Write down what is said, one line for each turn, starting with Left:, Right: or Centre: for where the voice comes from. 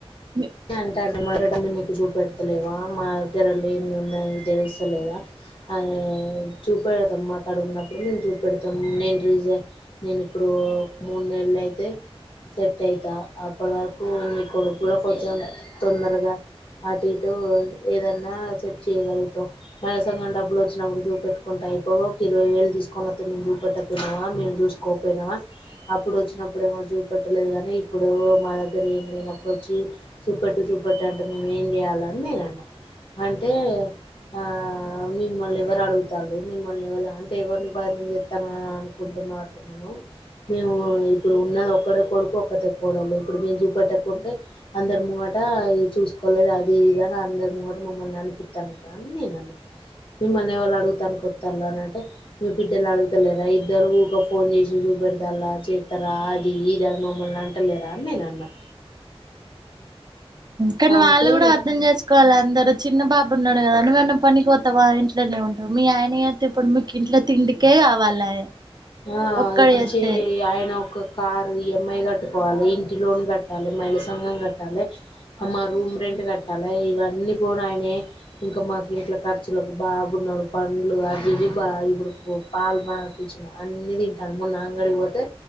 Right: మీ
Left: అంటే అంటే మరడని నీకు చూపెడతలేవా, మా దగ్గరలో ఏమి ఉందని తెలుస్తలేదా అ చూపద అమ్మా అక్కడ ఉన్నప్పుడు మేను చూ పెడతాం నేన్ రీజన్ నేను ఇప్పుడు మూడు నెళ్లు అయితే, సెట్ అయితా అప్పటి వరకు మీ కొడుకు కొంచెం తొందరగా, అటు ఇటు ఏదన్నా సెట్ చేయగలుగుతాం, మనసంగం డబ్బులు వచ్చినప్పుడు చూ పెట్టుకుంటూ అయిపో ఒక ఇరవై వేలు తీసుకొని వత్త మేము చూపెట్టకపోయినావా మేము చూసుకోకపోయినావా, అప్పుడు వచ్చినప్పుడు ఏమో చూ పెట్టలేదు కానీ, ఇప్పుడు మా దగ్గర ఏం లేనప్పుడు వచ్చి చూపట్టు చూపట్టు అంటే మేము ఏం చేయాలని నేను అన్నా అం అంటే ఆ మిమ్మల్ని ఎవరు అడుగుతారు మిమ్మల్న ఎవలు అంటే ఎవరిని బదునం చెస్తాను అని అనుకుంటున్న, అత్తమ్మ మేము ఇప్పుడు ఉన్నది ఒక్కడే కొడుకు ఒక్కటే కొడలు ఇప్పుడు మేము చూపట్టకుంటే అందరి ముంగట చూసుకోలేదు అది ఇదని అందరి ముంగట మమ్మల్ని అనిపిస్తానుక అని నేను అన్నా, మిమ్మల్ని ఎవళ్ళు అడుగుతానునికి ఒత్తలే అని అంటే మీ బిడ్డలు అడుగుతలేరా ఇద్దరు ఊక ఫోన్ చేసి చూపెడతారు చేస్తారా అది ఇదని మమ్మల్ని అంటలేరా అని నేన అన్నా
Right: కానీ
Left: అంటే
Right: వాళ్ళు కూడా అర్థం చేసుకోవాలి అందరు చిన్న బాబు ఉన్నాడు కదావేన్న పనికి పోతావా ఇంట్లోనే ఉంటావు మీ ఆయనస్తతే ఇప్పుడు మీకు ఇంట్లో తిండికే కావాలా
Left: ఆ
Right: ఒక్కడు
Left: ఇప్పుడు
Right: చేస్తే
Left: చే ఆయన ఒక కారు ఈఎంఐ కట్టుకోవాలి, ఇంటి లోన్ కట్టాలి, మైళ సంఘం కట్టాలి, మా రూమ్ రెంట్ కట్టాలి, ఇవన్నీ పోనాయనే ఇంకా మాకు ఇంట్లో ఖర్చులకు బాగున్నాడు పండ్లు అవి ఇవి బాగా ఇప్పుడు పాలు మాపించిన అన్ని తింటాను మొన్న అంగడి పోతే